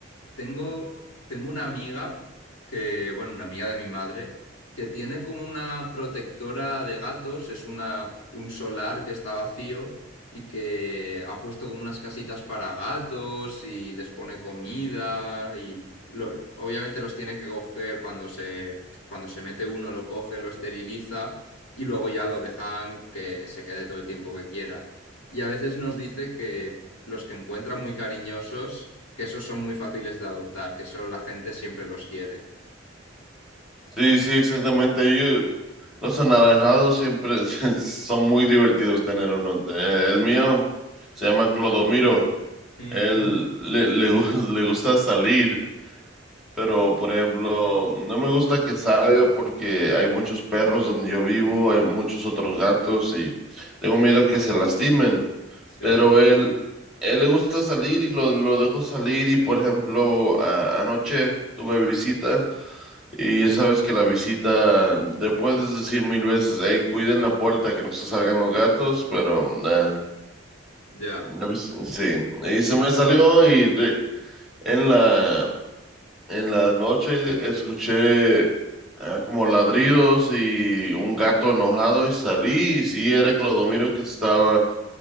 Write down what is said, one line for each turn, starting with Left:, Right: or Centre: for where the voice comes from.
Left: Tengo, tengo una amiga que, bueno, una amiga de mi madre, que tiene como una protectora de gatos, es una, un solar que está vacío y que ha puesto como unas casitas para gatos y les pone comida y lo- obviamente los tiene que coger cuando se, cuando se mete uno, lo coge, lo esteriliza y luego ya lo dejan que se quede todo el tiempo que quiera. Y a veces nos dice que los que encuentra muy cariñosos que esos son muy fáciles de adoptar, que eso la gente siempre los quiere.
Centre: Sí, sí, exactamente. Yo, los anaranjados siempre <laughs> son muy divertidos tener uno. Eh, El mío se llama Clodomiro.
Left: Mm,
Centre: Él
Left: <laughs>
Centre: le, le, gu- <laughs> le gusta salir, pero por ejemplo, no me gusta que salga porque hay muchos perros donde yo vivo, hay muchos otros gatos y tengo miedo que se lastimen.
Left: Sí,
Centre: Pero él, él le gusta salir y lo, lo dejo salir y por ejemplo, a- anoche tuve visita y ya sabes que la visita, le puedes decir mil veces, hey, cuiden la puerta, que no se salgan los gatos, pero... eh,
Left: ya,
Centre: la vis- Sí, y se me salió y en la, en la noche escuché ah, como ladridos y un gato enojado y salí y sí era Clodomiro que estaba,